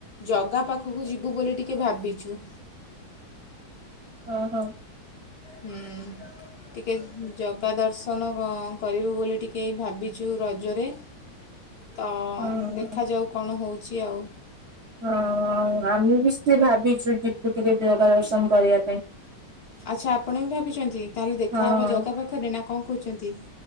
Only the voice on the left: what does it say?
ଜଗା ପାଖକୁ ଯିବୁ ବୋଲି ଟିକେ ଭାବିଚୁ।
ହୁଁ ଟିକେ ଜଗା ଦର୍ଶ ଦର୍ଶନ ଙ୍କ କରିବୁ ବୋଲି ଟିକେ ଭାବିଚୁ ରଜରେ। ତ
ଦେଖାଯାଉ କଣ ହୋଉଚି ଆଉ।
ଆଚ୍ଛା ଆପଣ ବି ଭାବିଚନ୍ତି ତାହେଲେ ଦେଖାହେବ
ଜାଗା ପାଖରେ ନା କଣ କହୁଚନ୍ତି?